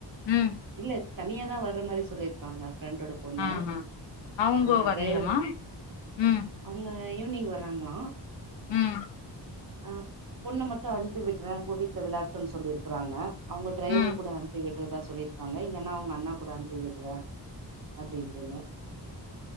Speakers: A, on the left; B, on the right.
A: ம்.
B: இல்ல தனியா தான் வர்ற மாரி சொல்லியிருக்காங்க ஃப்ரெண்டோட பொண்ணு
A: ஆஹா. அவுங்கோ
B: ஆஹ
A: வரலையாம்மா?
B: டிரைவர்ரு
A: ம்,
B: அவங்க ஈவினிங் வறாங்களா
A: ம்,
B: ஆஹ் பொண்ண மட்டும் அனுப்பி விட்டுறேன் வீட்டுல விளாட்டுன்னு சொல்லிிருக்கறாங்க அவங்க டிரைவர்
A: ம்,
B: கூட அனுபிவிட்டுறது சொல்லிருக்காங்க இல்லனா அவங்க அண்ணா கூட அனுப்பி விடுற அப்படின்ின்றன்ன